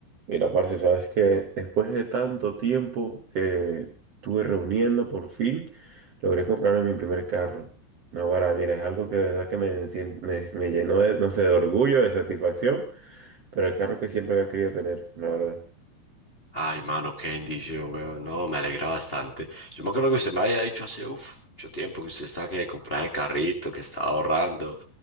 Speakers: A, on the right (about 55°); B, on the left (about 20°).
A: Mira, parce, sabes que después de tanto tiempo que estuve reuniendo, por fin logré comprarme mi primer carro. No, ahora, mira, es algo que de verdad que me, sien- me, me llenó de, no sé, de orgullo, de satisfacción, pero el carro que siempre había querido tener, la verdad.
B: Ay, mano, qué bendición, weón. No, me alegra bastante. Yo me acuerdo que usted me había dicho hace uf, mucho tiempo que usted estaba que compraba de carrito, que estaba ahorrando.